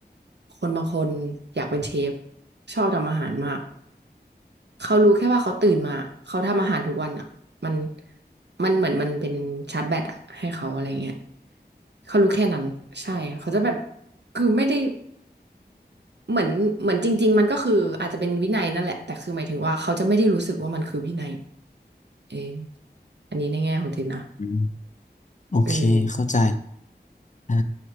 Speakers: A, on the right; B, on the left.
A: คนบางคนอยากเป็นเชฟชอบทำอาหารมากเขารู้แค่ว่าเขาตื่นมาเขาทำอาหารทุกวันอะมันมันเหมือนมันเป็นชาร์จแบตอะให้เขาอะไรเงี้ยเขารู้แค่นั้นใช่เขาจะแบบคือไม่ได้ เหมือนเหมือนจริงๆมันก็คืออาจจะเป็นวินัยนั่นแหละแต่คือหมายถึงว่าเขาจะไม่ได้รู้สึกว่ามันคือวินัยเอออันนี้ในแง่ของเจนนะ
B: อืมโอเคเข้าใจ
A: เออ
B: อ่า